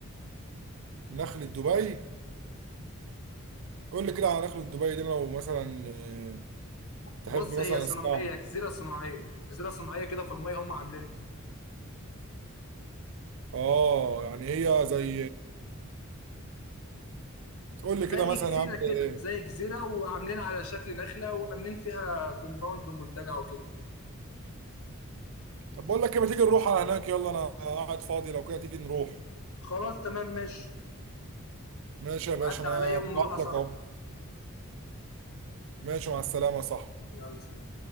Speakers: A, on the right; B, on the left.
A: نخلة دبي قول لي كده على نخلة دبي دي لو مثلا آه، تحب
B: بص
A: مثلا
B: هي صناعيه
A: اسمعها
B: جزيره صناعيه جزيره صناعيه كده في الميه هم عاملينها
A: اه يعني هي زي قول لي كده
B: زي
A: مثلا
B: جزيره
A: يا عم زي
B: كده زي جزيره وعاملين على شكل نخله وعاملين فيها كومباوند ومنتجع وكده
A: طب بقول لك ايه ما تيجي نروح على هناك يلا انا قاعد فاضي لو كده تيجي نروح
B: خلاص تمام ماشي
A: ماشي يا باشا
B: عدى
A: انا
B: عليا ونروح
A: بعت
B: يا صاحبي
A: لك اهو ماشي مع السلامة يا صاحبي
B: يلا سلام